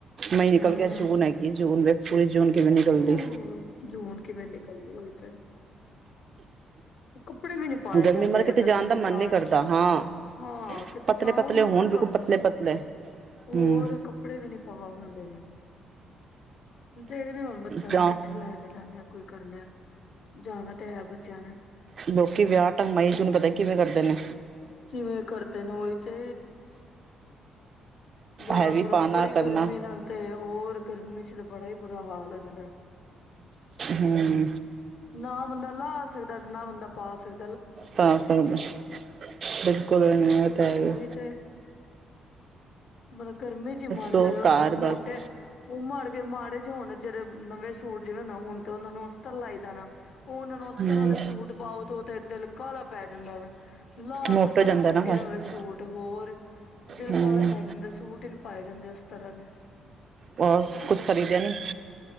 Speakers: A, on the right; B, on the left.
A: ਮਈ ਨਿਕਲ
B: ਹੂੰ
A: ਗਿਆ, ਜੂਨ ਹੈਗੀ ਜੂਨ ਵੀੇ ਪੂਰੇ ਜੂਨ ਕੇ ਵੀ ਨਿਕਲਦੀ।
B: ਉਹ ਜੂਨ ਕਿਵੇਂ ਨਿਕਲਦੀ ਹੋਈ ਤੇ। ਕੱਪੜੇ ਵੀ ਨੀ ਪਾਏ
A: ਗਰਮੀ
B: ਜਾਂਦੇ
A: ਮਰ
B: ਜੇ, ਫਿਰ ਕਿਤੇ
A: ਦਾ ਮਨ
B: ਜਾਣ
A: ਨੀ ਕਰਦਾ ਹਾਂ
B: ਹਾਂ, ਕਿਤੇ
A: ਪਤਲੇ
B: ਜਾ ਉਹ
A: ਪਤਲੇ
B: ਨਾ
A: ਹੋਣ
B: ਫਿਰ
A: ਬਿਲਕੁਲ ਪਤਲੇ ਪਤਲੇ
B: ਹੋਰ
A: ਹਮ
B: ਕੱਪੜੇ ਵੀ ਨੀ ਪਾ ਹੁੰਦੇ, ਦੇਖਦੇ ਹੁਣ ਬੱਚਿਆਂ
A: ਜਾਂ
B: ਨੂੰ ਕਿੱਥੇ ਲੈ ਕੇ ਜਾਂਦੇ ਕੋਈ ਕਰ ਜਾਣਾ ਤੇ ਹੈ ਬੱਚਿਆਂ ਨੇ।
A: ਲੋਕੀ ਵਿਆਹ ਢੰਗ ਮਈ, ਜੂਨ ਪਤਾ ਕਿਵੇਂ ਕਰਦੇ ਨੇ।
B: ਜਿਵੇਂ ਕਰਦੇ ਨੇ ਉਹੀ ਤੇ ਬੜਾ
A: ਹੈਵੀ
B: ਬੁਰਾ,
A: ਪਾਣਾ
B: ਬੜੀ
A: ਕਰਨਾ
B: ਗਰਮੀ ਨਾਲ ਤੇ ਹੋਰ ਗਰਮੀ ਚ ਤਾਂ ਬੜਾ ਹੀ ਬੁਰਾ ਹਾਲ ਹੋ ਜਾਂਦਾ।
A: ਹਮ।
B: ਨਾ ਬੰਦਾ ਲਾਹ ਸਕਦਾ। ਨ ਬੰਦਾ ਪਾ ਸਕ
A: ਤਾਂ ਸਕਦਾ, ਬਿਲਕੁਲ ਇਹ ਨਹੀਂ ਏ ਤੇ ਹੈ ਹੀ
B: ਉਹੀ
A: ਏ।
B: ਤੇ ਮਤਲਬ ਗਰਮੀ ਚ ਹੀ ਮਰ
A: ਤੋਂ
B: ਜਾਏ, ਉਹਨ
A: ਕਾਰ ਬਸ
B: ਮੋਟੇ ਉਹ ਮਰ ਦੇ ਮਾੜੇ ਜਿ ਹੋਣ ਜਿਹੜੇ ਨਵੇਂ ਸੂਟ ਜਿਵੇਂ ਨਾ, ਹੁਣ ਤੇ ਉਹਨਾਂ ਨੂੰ ਅਸਤਰ ਲਾਈ ਦਾ ਨਾ। ਉਹ ਓਹਨਾ ਨੂ ਅਸਤਰ
A: ਹਮ
B: ਆਲੇ ਸ ਆਓ ਥੋ ਓ ਤੇ ਦਿਲ ਕਾਹਲਾ ਪੈ ਜਾਂਦਾ ਵੈ। ਲਾ
A: ਮੋਟੋ
B: ਕੇ ਪਰੇ
A: ਜਾਂਦਾ
B: ਸੱਟੀ
A: ਨਾ
B: ਦਾ
A: ਫਿਰ
B: ਵੇ ਸੂਟ, ਹੋਰ ਦਿਲ
A: ਹਮ
B: ਕਾਲਾ ਪੈ ਜਾਂਦਾ, ਸੂਟ ਹੀ ਨੀ ਪਾਏ ਜਾਂਦੇ ਅਸ ਤਰਲੇ
A: ਹੋਰ ਕੁਛ ਖਰੀਦੇ ਨੀ?